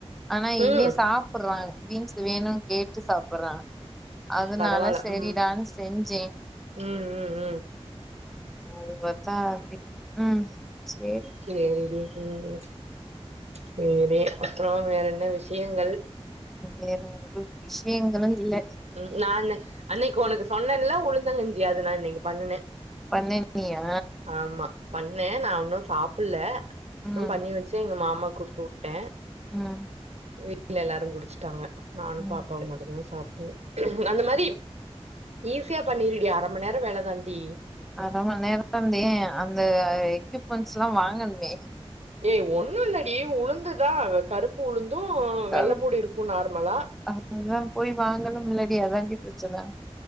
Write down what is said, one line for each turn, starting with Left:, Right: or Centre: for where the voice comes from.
Centre: ஆனா இவ
Right: ம்
Centre: சாப் சாப்ட்றா பீன்ஸ் வேணுனு கேட்டு சாப்ட்றா அதனால
Right: பரவால்ல
Centre: செரிடான்னு
Right: ம்
Centre: செஞ்சே
Right: ம் ம் ம்
Centre: அது பத்தா அப்டி ம் சேர்
Right: சேரி ம் சேரி அப்புறோ வேற என்ன விஷயங்கள்
Centre: வேற ஒரு விஷயங்களு இல்ல
Right: ம் நா அன் அன்னைக்கு உனக்கு சொன்னேன்ல்ல உளுந்தங்கஞ்சி அது நா இன்னிக்கி பண்ணுனே
Centre: பண்ணனியா
Right: ஆமா பண்ணே நா உன்னு சாப்பில்ல <unintelligible>
Centre: ம்
Right: பண்ணி வெச்சே எங்க மாமா குடுத்து வுட்டே
Centre: ம்
Right: வீட்ல எல்லாரு குடிச்சட்டாங்க நானு
Centre: ம்
Right: பாப்பாவு மட்டுதா சாப் அந்த மாரி ஈஸியா பண்ணிருடி அர மண் நேர வேலதான்ட்டி
Centre: அர மண் நேரந்தே அந்த எக்யூப்மெண்ட்ஸ் எல்லா வாங்கணுமே
Right: ஏய் ஒண்ணு இல்லடி உளுந்துதா கருப்பு உளுந்து வெள்ளப்பூடு
Centre: கரும
Right: இருக்கு நார்மலா
Centre: அதா போய் வாங்கனும்லடி அதாண்டி பிரச்சன